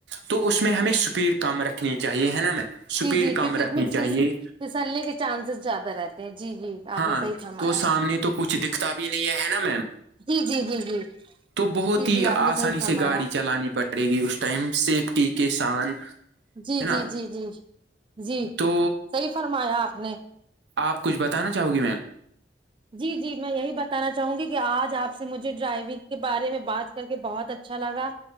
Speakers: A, on the right; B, on the right.
A: تو اس میں ہمیں اسپیڈ کم رکھنی چاہیے ہے نا میم اسپیڈ
B: جی جی
A: کم
B: کیونکہ اس
A: رکھنی
B: میں فس
A: چاہیے
B: پھسلنے کے چانسز زیادہ رہتے ہیں جی جی آپ
A: ہاں
B: نے صحیح فرمایا
A: تو سامنے تو کچھ دکھتا بھی نہیں ہے ہے نا میم
B: جی جی جی جی
A: تو بہت
B: جی
A: ہی
B: جی آپ
A: آسانی
B: نے صحیح فرمایا
A: سے گاڑی چلانی پڑی پڑے گی اس ٹائم سیفٹی کے سان ہے
B: جی
A: نا
B: جی جی جی جی
A: تو
B: صحیح فرمایا آپ نے
A: آپ کچھ بتانا چاہو گی میم
B: جی جی میں یہی بتانا چاہوں گی کہ آج آپ سے مجھے ڈرائیونگ کے بارے میں بات کر کے بہت اچھا لگا